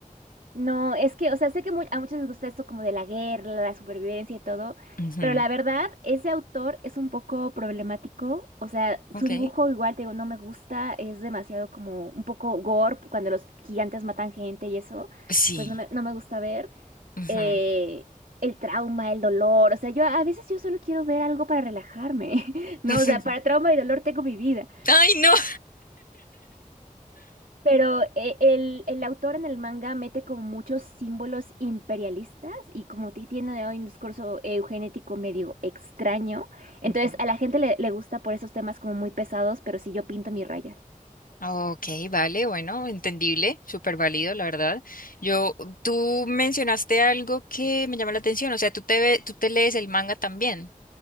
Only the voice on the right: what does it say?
No, es que, o sea, sé que mu- a muchos les gusta esto como de la guerra, la supervivencia y todo,
pero la verdad, ese autor es un poco problemático, o sea,
su dibujo igual, te digo, no me gusta, es demasiado como un poco gore, cuando los gigantes matan gente y eso,
pues no me, no me gusta ver
eh, el trauma, el dolor, o sea, yo a veces yo solo quiero ver algo para relajarme, <laughs> no,
o sea, para trauma y dolor tengo mi vida.
Pero eh, el, el autor en el manga mete como muchos símbolos imperialistas y como ti tiene hoy un discurso eh, eugenético medio extraño. Entonces
a la gente le, le gusta por esos temas como muy pesados, pero sí yo pinto mi raya.